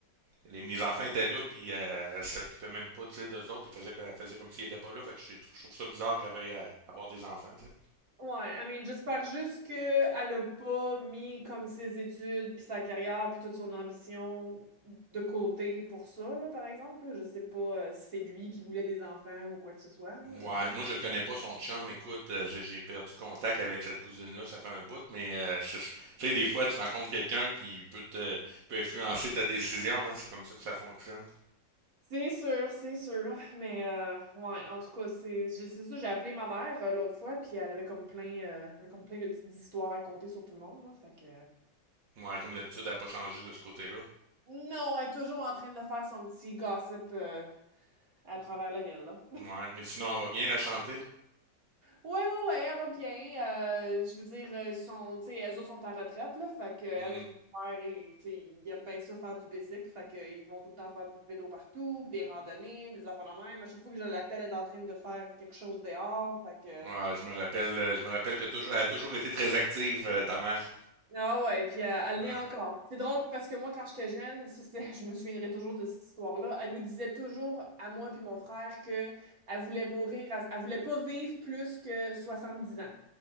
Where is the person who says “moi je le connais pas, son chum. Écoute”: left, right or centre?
Right